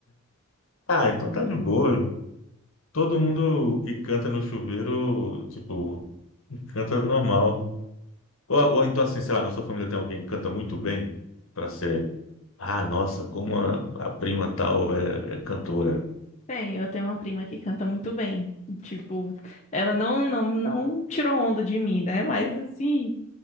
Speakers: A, on the left; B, on the left.
A: Ah, então tá de boa. Todo mundo que canta no chuveiro, tipo, canta normal. Ou, ou então, assim, sei lá, na sua família tem alguém que canta muito bem, pra ser, ah, nossa, como a, a prima tal é, é cantora.
B: Tem, eu tenho uma prima que canta muito bem. Tipo, ela não não não tirou onda de mim, né? Mas assim,